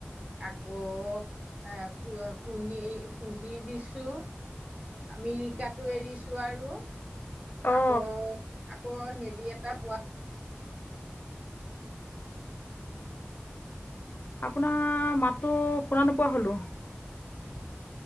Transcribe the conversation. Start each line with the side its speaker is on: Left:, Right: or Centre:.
Right: আকৌ, এ-কুহি দিছোঁ। মিৰিকাতো এৰিছো আৰু,
Left: অ
Right: আকৌ, আকৌ, হেৰি এটা পোৱা
Left: আপোনাৰ মাতটো শুনা নোপোৱা হ'লোঁ।